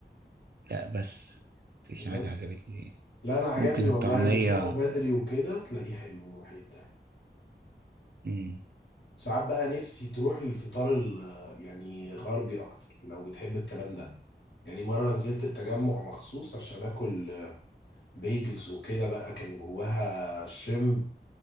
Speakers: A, on the right (about 60°); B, on the left (about 80°).
A: لا بس مفيش
B: بس
A: حاجة عجبتني فيه
B: لا انا عجبني
A: ممكن الطعمية
B: والله لما تروحوا بدري وكده تلاقيه حلو وحيد
A: مم.
B: ساعات بقى نفسي تروح للفطار ال- يعني غربي اكتر لو بتحب الكلام ده يعني مرة نزلت التجمع مخصوص عشان اكل بيجلز وكده بقى كان جواها شريمب